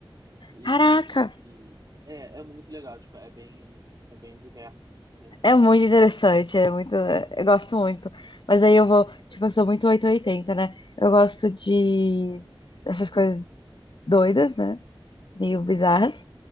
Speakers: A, on the right; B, on the left.
A: E,
B: Caraca,
A: e é, é muito legal, tipo, é bem, é bem diverso nesse
B: é
A: sentido,
B: muito interessante,
A: né?
B: é muito, eu gosto muito. Mas aí eu vou, tipo, eu sou muito 880, né? Eu gosto de dessas coisas doidas, né? Meio
A: Uhum,
B: bizarras.